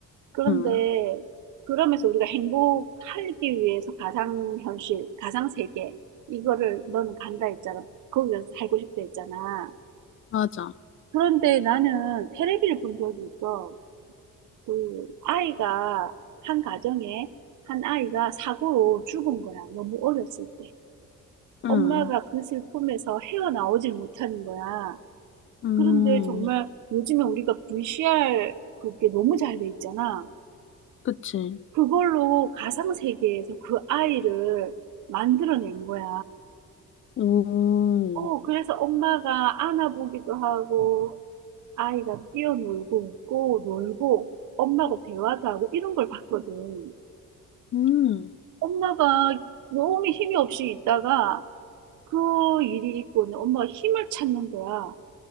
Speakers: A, on the right; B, on the left.
A: 그런데
B: 응,
A: 그러면서 우리가 행복하기 위해서 가상 현실, 가상 세계, 이거를 너는 간다 했잖아. 거기서 살고 싶다 했잖아.
B: 맞아.
A: 그런데 나는 테레비를 본 적이 있어. 그 아이가 한 가정에 한 아이가 사고로 죽은 거야. 너무 어렸을 때.
B: 응,
A: 엄마가 그 슬픔에서 헤어나오질 못하는 거야.
B: 음,
A: 그런데 정말 요즘에 우리가 VCR 그게 너무 잘 돼 있잖아.
B: 그치.
A: 그걸로 가상 세계에서 그 아이를 만들어낸 거야.
B: 오,
A: 어, 그래서 엄마가 안아보기도 하고, 아이가 뛰어놀고, 웃고, 놀고, 엄마하고 대화도 하고, 이런 걸 봤거든.
B: 음,
A: 엄마가 너무 힘이 없이 있다가 그 일이 있고 엄마가 힘을 찾는 거야.